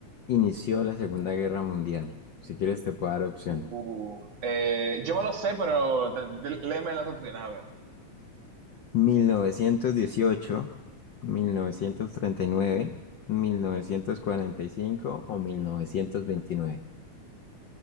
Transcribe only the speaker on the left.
inició la Segunda Guerra Mundial? Si quieres te puedo dar opciones.
1918, 1939, 1945 o 1929.